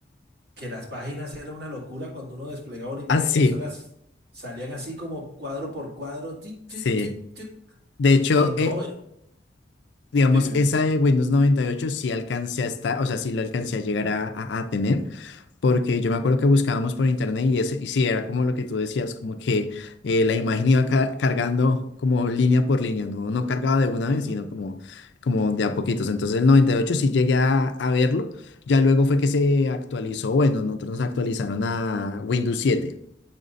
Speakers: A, on the right (about 60°); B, on the left (about 75°).
A: que las páginas eran una locura. Cuando uno desplegaba una imagen,
B: Ah, sí,
A: eso las salían así como cuadro por cuadro. tic,
B: sí.
A: tic, tic, tic.
B: De hecho,
A: Y no,
B: eh,
A: eh,
B: digamos,
A: dime, dime.
B: esa de Windows 98 sí alcancé a estar, o sea, sí lo alcancé a llegar a, a- a tener, porque yo me acuerdo que buscábamos por internet y, ese, y sí, era como lo que tú decías, como que eh, la imagen iba ca- cargando como línea por línea, no, no cargaba de una
A: <laughs>
B: vez, sino como, como de a poquitos. Entonces el 98 sí llegué a, a verlo, ya luego fue que se actualizó, bueno, nosotros nos actualizaron a Windows 7.